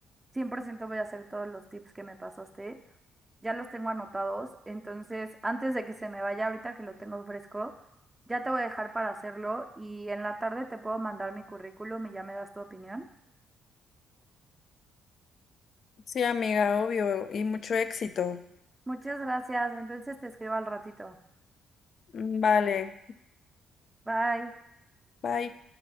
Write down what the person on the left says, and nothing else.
Sí, amiga, obvio, y mucho éxito.
Mm, Vale,
bye.